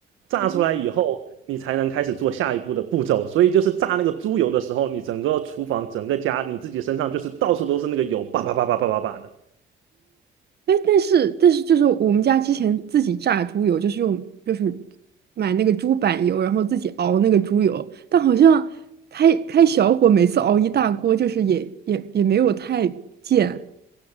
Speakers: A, on the right; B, on the right.
A: 炸出来以后，
B: 啊，
A: 你才能开始做下一步的步骤。所以就是炸那个猪油的时候，你整个厨房、整个家，你自己身上就是到处都是那个油，叭叭叭叭叭叭叭的。
B: 哎，但是但是就是我们家之前自己榨猪油，就是用就是买那个猪板油，然后自己熬那个猪油，但好像开开小火，每次熬一大锅，就是也也也没有太溅